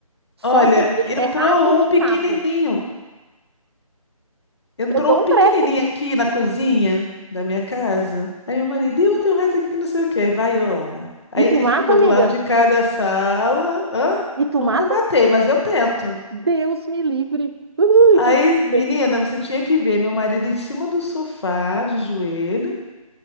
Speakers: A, on the right; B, on the left.
A: Só
B: olha,
A: de ver.
B: entrou
A: É rato e
B: um pequenininho.
A: sapo.
B: Entrou
A: Eu dou
B: um pequenininho
A: um treco.
B: aqui na cozinha da minha casa. Aí meu marido, eu tenho um rato aqui que não sei o quê. Aí vai eu lá. Aí
A: E tu
B: ele
A: mata,
B: ficou
A: amiga?
B: do lado de cada sala. Hã?
A: E tu
B: Nunca
A: mata?
B: matei, mas eu tento.
A: Deus me livre. Ui,
B: Aí,
A: que agonia.
B: menina, você tinha que ver meu marido em cima do sofá, de joelho,